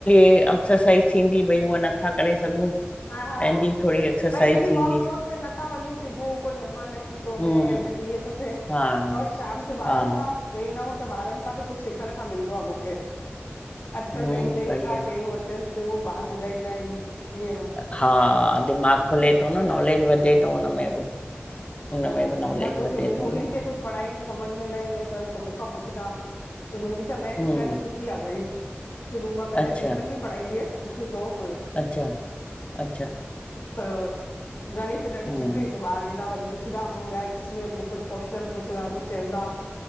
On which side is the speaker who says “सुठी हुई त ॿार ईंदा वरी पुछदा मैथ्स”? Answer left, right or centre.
Left